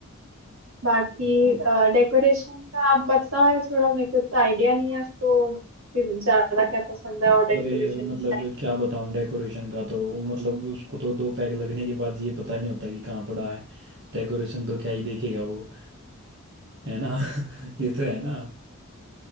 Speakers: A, on the right (about 75°); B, on the right (about 50°).
A: बाकी
B: ठीक है
A: डेकोरेशन का आप बताओ यार थोड़ा मेरे को इतना आइडिया नहीं है उसको कि ज्यादा क्या पसंद है
B: अरे
A: और डेकोरेशन
B: यार मतलब
A: टाइप
B: क्या बताऊं डेकोरेशन का तो मतलब उसको तो दो पैक लगने के बाद ये पता नहीं होता कि कहाँ पड़ा है डेकोरेशन तो क्या ही देखेगा वो है ना <laughs> ये तो है ना